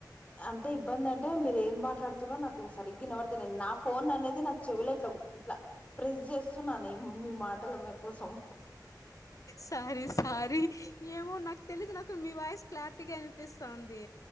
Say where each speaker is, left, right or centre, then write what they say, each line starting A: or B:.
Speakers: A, on the left (about 20°); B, on the left (about 50°).
A: అంటే ఇబ్బంది అంటే మీరు ఏం మాట్లాడుతునారో నాకు సరిగ్గానబడుతేను నా ఫోన్ అనేది నాకు చెవులే ఇట్లా ఇట్లా ప్రెస్ చేస్తున్నాను మీ మాటల కోసం
B: సారీ సారీ ఏమో నాకు తెలిదు నాకు మీ వాయిస్ క్లారిటీగా ఇనిపిస్తాంది